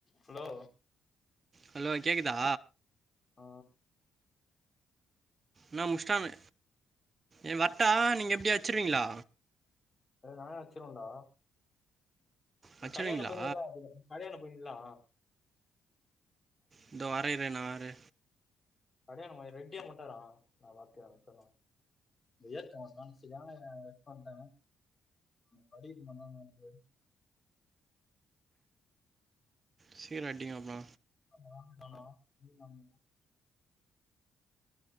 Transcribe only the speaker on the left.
ஹலோ
ஆ
நானே அச்சிரவன்டா
கடயான்ட போய் நில்லே வருவ கடயாண்ட போயி நில்லா
கடயாண்ட ரெடீயா மட்டூ இரே நா பாத்துக்ற முடிச்சர்லா இந்த ஏத்த ஒருத்த சரியான <unintelligible> படிக்கது மட்டுந்தா மேட்ரு
<unintelligible>